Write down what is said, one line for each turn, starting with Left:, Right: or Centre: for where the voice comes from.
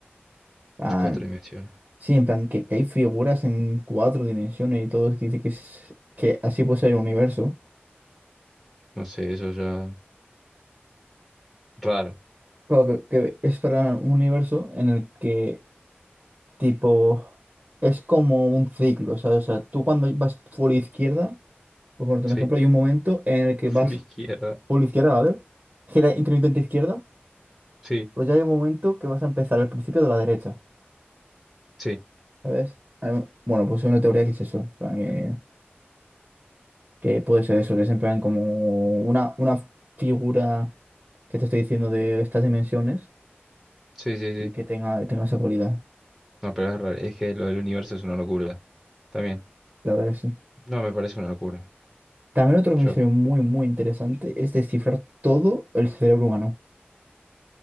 Right: Plan-
Centre: es Cuatro dimensiones.
Right: sí, en plan, que, que hay figuras en cuatro dimensiones y todo, que dice que, es, que así puede ser el universo.
Centre: No sé, eso ya. Raro.
Right: Claro, que, que es para un universo en el que, tipo, es como un ciclo, ¿sabes? O sea, tú cuando vas por la izquierda. Por ponerte
Centre: Sí.
Right: un ejemplo, hay un momento en el que
Centre: Full
Right: vas
Centre: izquierda.
Right: por la izquierda, ¿vale? Gira intermitente izquierda,
Centre: Sí,
Right: pues ya hay un momento que vas a empezar al principio de la derecha,
Centre: sí.
Right: ¿sabes? Hay un- Bueno, pues hay una teoría que es eso, en plan, que, que puede ser eso, que es en plan como una, una figura que te estoy diciendo de estas dimensiones
Centre: Sí, sí, sí.
Right: y que tenga, tenga esa cualidad,
Centre: No, pero es raro. Es que lo del universo es una locura. También.
Right: la verdad que sí.
Centre: No, me parece una locura.
Right: También otro misterio
Centre: Yo.
Right: muy, muy interesante es descifrar todo el cerebro humano.